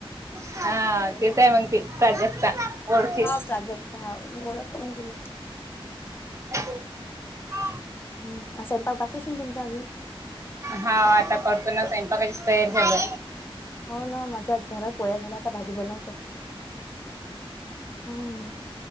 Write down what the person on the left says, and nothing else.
हा प्राजक्ता हा म गोडला
हम् असं बा बारीकशी तुमचा अजून
हो ना मजा झाला पोळ्या झाल्या आता भाजी बनवतो हम्म